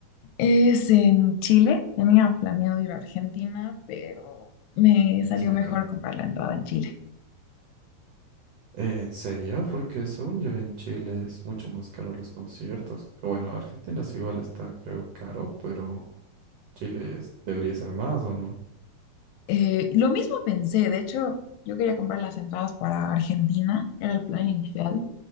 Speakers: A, on the left (about 80°); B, on the right (about 70°).
A: Es en Chile. Tenía planeado ir a Argentina, pero me salió
B: Es muy
A: mejor
B: caro.
A: comprar la entrada en Chile.
B: ¿En serio? Porque según yo en Chile es mucho más caro los conciertos. Bueno, Argentina sí igual está, creo, caro, pero... Chile es- debería ser más, ¿o no?
A: Eh, lo mismo pensé, de hecho, yo quería comprar las entradas para Argentina, era el plan inicial,